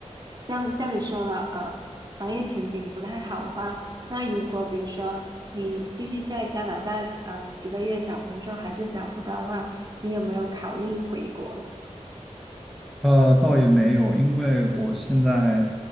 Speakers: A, on the right; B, in the centre.
A: 像像你说的，呃，行业前景不太好的话，那如果比如说你继续在加拿大呃几个月找工作还是找不到的话，你有没有考虑回国呢？
B: 呃，倒也没有，因为我现在